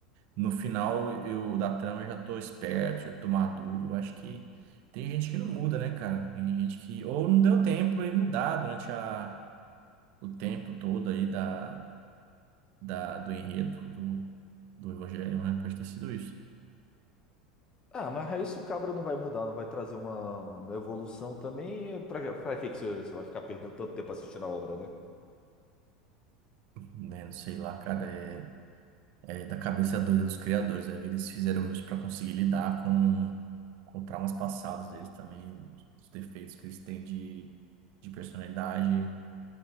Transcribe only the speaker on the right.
no final eu da trama eu já tô esperto, já tô maduro. Eu Acho que tem gente que não muda, né, cara? Tem gente que ou não deu tempo de mudar durante a, o tempo todo aí da, da, do enredo do, do Evangelho, né? Pode ter sido isso,
né? Não sei lá, cara. é é, da cabeça doida dos criadores. Aí eles fizeram isso para conseguir lidar com, com traumas passados deles também, os defeitos que eles têm de, de personalidade,